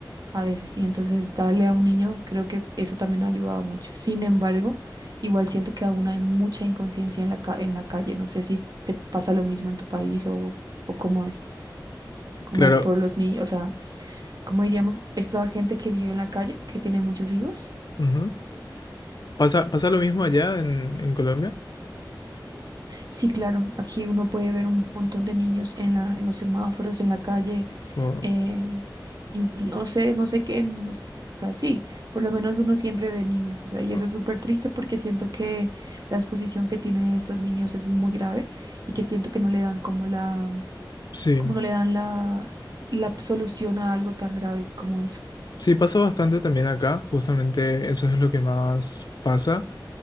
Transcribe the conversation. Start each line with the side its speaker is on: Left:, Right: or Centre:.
Right: a veces. Y entonces darle a un niño, creo que eso también ha ayudado mucho. Sin embargo, igual siento que aún hay mucha inconsciencia en la, ca- en la calle. No sé si te pasa lo mismo en tu país o, o cómo es, como
Left: Claro,
Right: por los niños, o sea, cómo diríamos, esta gente que vive en la calle, que tiene muchos hijos.
Left: ujú. ¿Pasa, pasa lo mismo allá en, en Colombia?
Right: Sí, claro, aquí uno puede ver un montón de niños en la, en los semáforos, en la calle.
Left: O-
Right: eh, no sé, no sé qué, no s- o sea, sí, por lo menos uno siempre ve niños, o sea, y eso
Left: o-
Right: es súper triste porque siento que la exposición que tienen estos niños es muy grave y que siento que no le dan como la,
Left: sí,
Right: como no le dan la, la solución a algo tan grave como eso.
Left: sí, pasa bastante también acá, justamente eso es lo que más pasa.